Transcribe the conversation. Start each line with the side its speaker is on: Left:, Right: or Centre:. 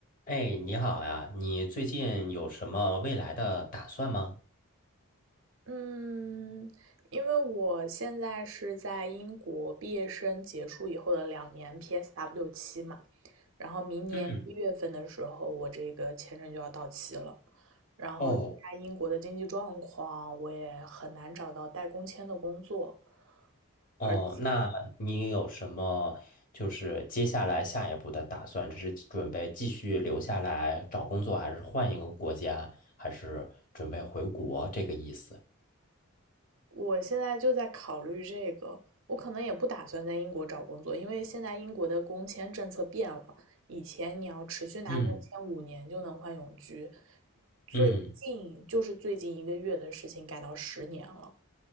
Left: 哎，你好呀，你最近有什么未来的打算吗？
Right: 嗯，因为我现在是在英国毕业生结束以后的两年 PSW 期嘛，然后明年一月份的时候，
Left: 嗯，
Right: 我这个签证就要到期了。然后，
Left: 哦
Right: 现在英国的经济状况，我也很难找到带工签的工作，
Left: 哦，
Right: 而。
Left: 那你有什么就是接下来下一步的打算？这是准备继续留下来找工作，还是换一个国家，还是准备回国这个意思？
Right: 我现在就在考虑这个，我可能也不打算在英国找工作，因为现在英国的工签政策变了，以前你要持续拿工签五年就能换永居，
Left: 嗯
Right: 最近就是最近一个月的事情改到十年了。
Left: 嗯，